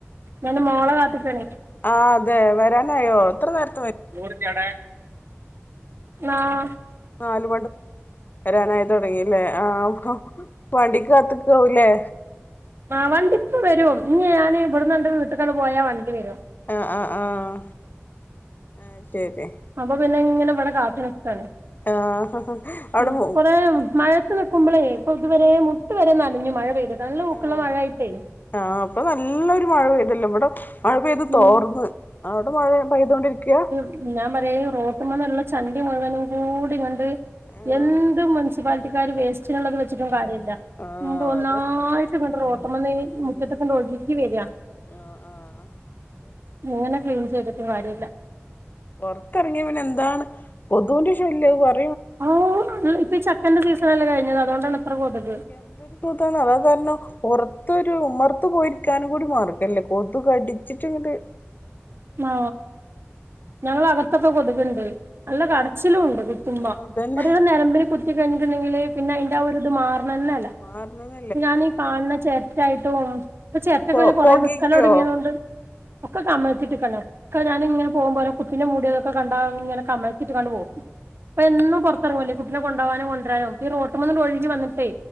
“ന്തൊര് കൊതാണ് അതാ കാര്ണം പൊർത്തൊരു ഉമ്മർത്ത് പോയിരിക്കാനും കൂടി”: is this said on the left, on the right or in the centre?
Left